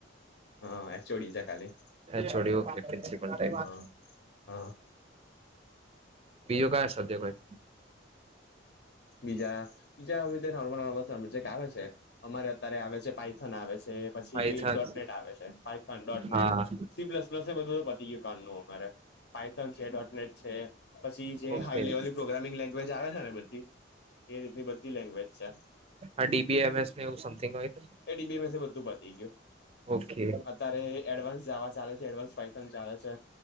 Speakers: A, on the left (about 60°); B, on the right (about 30°).
A: હા એચઓડી છે ખાલી
B: હ છોડી ઓકે પ્રિન્સિપલ ટાઈ
A: હા હા
B: બીજયો ક સધ્ય હો તો
A: બીજા બીજા અ નોર્મલ ન જે આવે છે અમારે અત્યારે આવે છે પઇથન આવે છે પછી
B: પાયથન
A: ડોટનેટ આવે છે પઇથન ડોટનેટ
B: હા
A: સીપ્લસ પ્લસ એ બધું પતી ગયું કાન ન અમારે આઈથન છે ડોટનેટ છે પછી જે
B: ઓકે
A: હાઈ લેવલની પ્રોગ્રામિંગ લેંગ્વેજ આવે છે ને બધી એ રીતની બધી લેંગ્વેજ છે
B: હડીબીમસ એવું સમિંગ હોય
A: એ ડીબીમ એ બધું પતી ગયું
B: ઓકે
A: અત્યારે એડવાન્સ જવા ચાલે છે એડવાન્સ પૈસા ચાલે છે